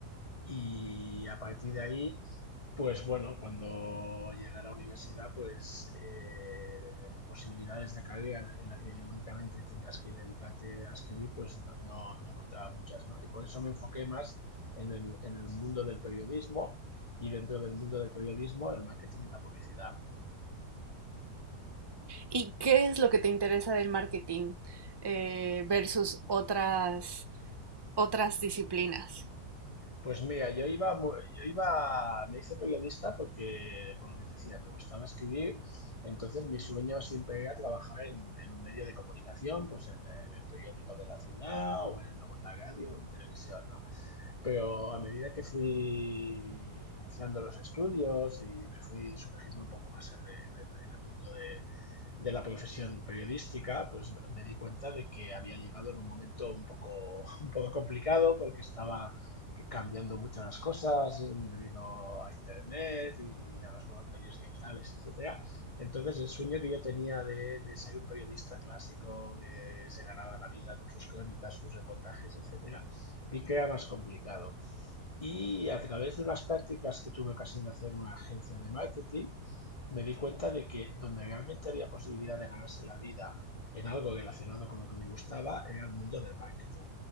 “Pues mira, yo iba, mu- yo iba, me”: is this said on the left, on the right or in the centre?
Left